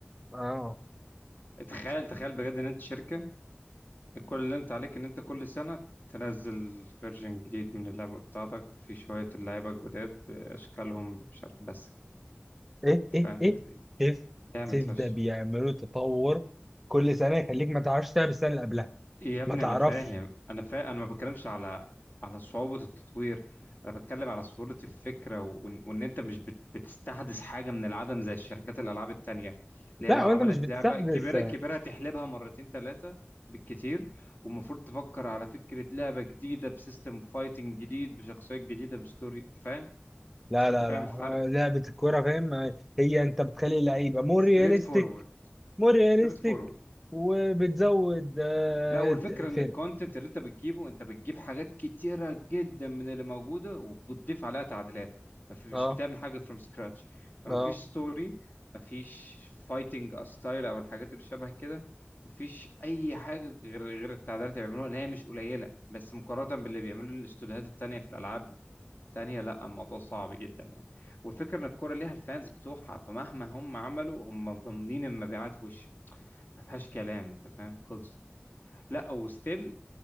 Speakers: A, in the centre; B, on the left.
A: اه
B: تخيل تخيل بجد ان انت شركه كل اللي انت عليك ان انت كل سنة تنزل فيرجن جديد من اللعبة بتاعتك في شوية اللعيبة الجداد بأشكالهم مش عارف بس
A: ايه
B: انت
A: ايه
B: فاهم
A: ايه سيف
B: لعبة
A: سيف
B: فشخ
A: ده بيعملوا تطور كل سنه يخليك ما تعرفش تلعب السنه اللي قبلها
B: يا ابني
A: ما تعرفش
B: انا فاهم انا فا... انا ما بتكلمش على على صعوبة التطوير انا بتكلم على سهولة الفكرة و... وان وإن انت مش بت... بتستحدث حاجة من العدم زي الشركات الالعاب التانية اللي
A: لا
B: هي لو
A: وانت
B: عملت
A: مش بتستحدث
B: لعبة كبيرة كبيرة تحلبها مرتين ثلاثة بالكتير والمفروض تفكر على فكرة لعبة جديدة بسيستم فايتنج جديد بشخصيات جديدة بستوري انت فاهم
A: لا لا
B: انت فاهم
A: لا
B: الفرق
A: ها، لعبه الكوره فاهم هي انت بتخلي اللعيبه مور
B: ستريت
A: رياليستيك
B: فورورد
A: مور رياليستيك
B: ستريت فورورد
A: وبتزود آه،
B: لا والفكرة ان
A: فرق
B: الكونتنت اللي انت بتجيبه انت بتجيب حاجات كتيرة جدا من اللي موجودة وبتضيف عليها تعديلات ما في مش
A: اه
B: بتعمل حاجة فروم سكراتش فما
A: اه
B: فيش ستوري ما فيش فايتنج ستايل او الحاجات اللي شبه كده ما فيش اي حاجة غير غير التعديلات اللي بيعملوها اللي هي مش قليلة بس مقارنة باللي بيعملوه الاستوديوهات التانية في الالعاب التانية لا الموضوع صعب جدا يعني والفكرة ان الكورة ليها الفانز بتوعها فمهما هم عملوا هم ضامنين المبيعات وش ما فيهاش كلام انت فاهم خلصت لا وستيل